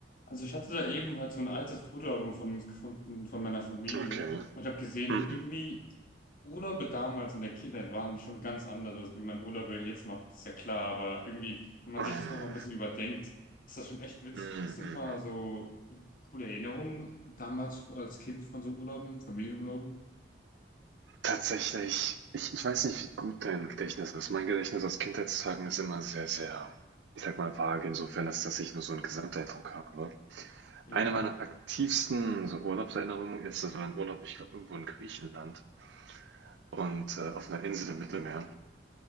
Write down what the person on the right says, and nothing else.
Okay.
Mhm.
Ah.
Mhm.
mhm.
Tatsächlich, ich, ich weiß nicht, wie gut dein Gedächtnis ist. Mein Gedächtnis aus Kindheitstagen ist immer sehr, sehr, ich sag mal, vage, insofern, als dass ich nur so einen Gesamteindruck habe.
Eine meiner aktivsten so Urlaubserinnerungen ist, das war ein Urlaub, ich glaube, irgendwo in Griechenland und äh, auf einer Insel im Mittelmeer.